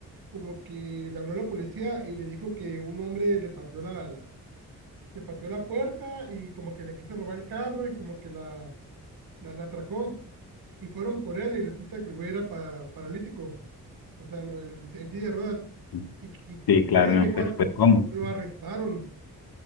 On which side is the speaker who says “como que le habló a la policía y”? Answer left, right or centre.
Right